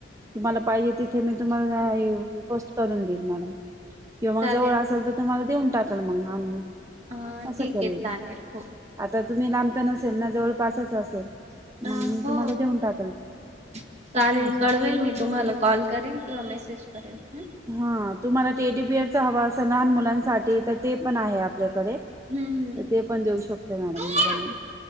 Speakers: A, on the right; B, on the right.
A: तुम्हाला पाहिजे तिथे मी तुम्हाला ये पोस्ट करून देईल मॅडम किंवा
B: चालेल
A: मग जवळ असेल त तुम्हाला देऊन टाकल मग आणून
B: हा ठीक
A: असं करेल.
B: आहे चालेल हो.
A: आता तुम्ही लांब तर नसेल ना जवळ पासच असेल.
B: अ
A: मग मी
B: हो
A: तुम्हाला देऊन टाकल.
B: चालेल.
A: असं.
B: कळवेल मी तुम्हाला कॉल करेल किंवा मेसेज करेल हम्म.
A: हा तुम्हाला, ते एटी बीएडचा हवां असं लहान मुलांसाठी तर ते पण आहे आपल्याकडे.
B: हम्म
A: ते पण देऊ शकत, मॅडम,
B: हम्म
A: मी बनून.